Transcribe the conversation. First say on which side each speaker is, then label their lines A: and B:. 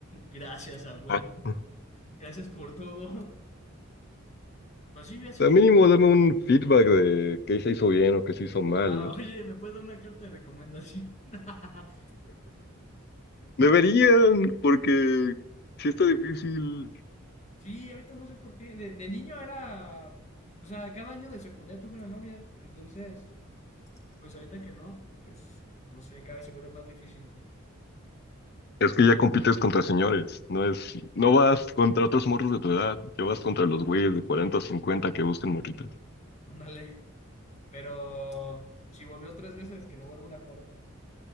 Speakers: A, on the left (about 35°); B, on the left (about 50°).
A: gracias a web,
B: Ah, mm.
A: gracias por todo. Así, así
B: al
A: bien.
B: mínimo dame un feedback de qué se hizo bien o qué se hizo mal,
A: Ah,
B: ¿no?
A: oye, ¿me puedes dar una carta de recomendación? <laughs>
B: Deberían, porque si está difícil.
A: Sí, ahorita no sé por qué. De, de niño era, o sea, cada año de secundaria tuve una novia. Entonces, pues ahorita que no, pues no sé, cada vez se vuelve más difícil.
B: Es que ya compites contra señores, no es, no vas contra otros morros de tu edad, ya vas contra los güeyes de 40 o 50 que buscan morritas.
A: Ándale. Pero si volvió tres veces, que no vuelva una cuarta.